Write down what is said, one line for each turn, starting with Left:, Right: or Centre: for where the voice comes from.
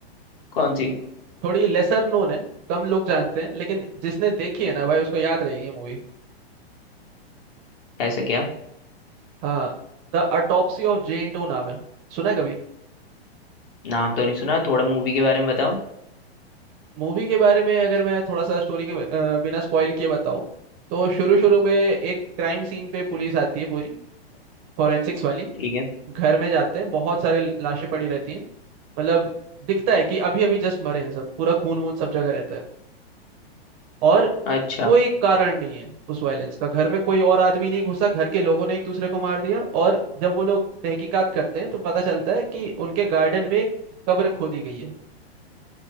Left: कौन सी
Right: थोड़ी लेसर नोन है कम लोग जानते हैं लेकिन जिसने देखी है ना भाई उसको याद रहेगी मूवी
Left: ऐसा क्या
Right: हाँ The Autopsy of Jane Doe नाम है सुना है कभी
Left: नाम तो नहीं सुना थोड़ा मूवी के बारे में बताओ
Right: मूवी के बारे में अगर मैं थोड़ा सा स्टोरी के ब- अ, बिना स्पॉइल किए बताऊं तो शुरू शुरू में एक क्राइम सीन पे पुलिस आती है पूरी फॉरेंसिक्स वाली
Left: ठीक है
Right: घर में जाते हैं बहुत सारी ल- लाशें पड़ी रहती हैं मतलब दिखता है कि अभी अभी जस्ट मरे हैं सब पूरा खून वून सब जगह रहता है और
Left: अच्छा
Right: कोई कारण नहीं है उस वायलेंस का घर में कोई और आदमी नहीं घुसा घर के लोगों ने एक दूसरे को मार दिया और जब वो लोग तहकीकात करते हैं तो पता चलता है कि उनके गार्डन में एक कब्र खोदी गई है